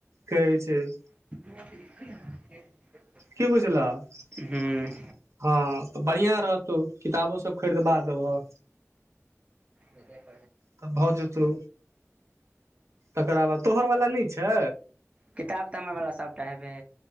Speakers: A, on the right; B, on the right.
A: कहैइ छैइ
B: <unintelligible>
A: की बुझल' हँ
B: हूँ
A: तऽ बढ़िआँ रहतौ किताबोसभ खरीदबा देब'ह
B: ओ त
A: तऽ भऽ जेतौ तकराबाद तोहर वाला नई छौ
B: किताब तऽ हमरा बला सबटा हेबे